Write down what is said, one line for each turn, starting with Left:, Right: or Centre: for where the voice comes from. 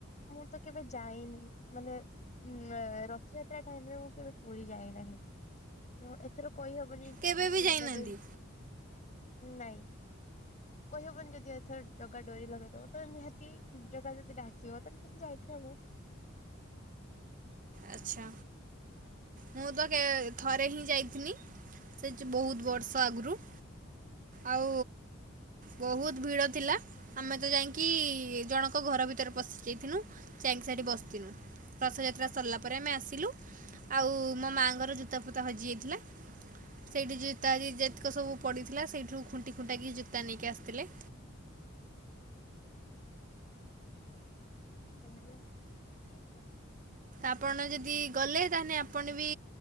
Left: ମୁଁ ତ କେବେ ଯାଇନି ମାନେ ଉଁ ରଥଯାତ୍ରା ଟାଇମରେ ମୁଁ କେବେ ପୁରୀ ଯାଇନାହିଁ ମୁଁ ଏତେ ଏଥର କହି ହବନି
Right: କେବେ ବି
Left: ଜାଗା
Right: ଯାଇନାହାନ୍ତି
Left: ଡୋ ନାଇଁ କହି ହବନି ଯଦି ଏଥର ଜଗା ଡୋରି ଲଗେଇଦବ ତ ନିହାତି ଜାଗା ଯଦି ଡ଼ାକିବ ତାଲେ ଯାଇତେହବ।
Right: ଆଚ୍ଛା ମୁଁ ତ କେ ଥରେ ହିଁ ଯାଇଥିଲି ସେ ଯେ ବହୁତ ବର୍ଷ ଆଗରୁ। ଆଉ ବହୁତ ଭିଡ ଥିଲା ଆମେ ତ ଯାଇ କି ଜଣଙ୍କ ଘର ଭିତରେ ପଶି ଯାଇଥିନୁ ଚାଇଙ୍କ ସାଠି ବସିଥିନୁ ରଥଯ ସେତଟା ସଲା ପରେ ଆମେ ଆସିଲୁ।
Left: <unintelligible>
Right: ଆଉ ମୋ ମାଆଙ୍କର ଜୁତା ଫୁତା ହଜି ଯାଇଥିଲା। ସେଇଠି ଜୋତା ଆଜି ଯେତିକ ସବୁ ପଡ଼ିଥିଲା ସେଇଠୁ ଖୁଣ୍ଟି ଖୁଣ୍ଟା କିି ଜୋତା ନେଇକି ଆସିଥିଲେ।
Left: <unintelligible>
Right: ଆପଣ ଯଦି ଗଲେ ତାହେଲେ ଆପଣ ବି